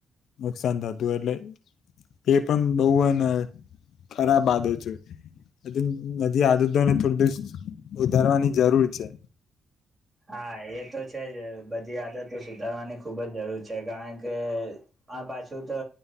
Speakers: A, on the left; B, on the right.
A: નુકસાન થતું હોય એટલે એ પણ બઉ એને ખરાબ આદતો છે ન આદ તોને થોડુ સુધારવાની જરૂર છે.
B: હા એ તો છે જ બધી આદતો સુધારવાની ખૂબ જ જરૂર છે કારણ કે આ પાછું તો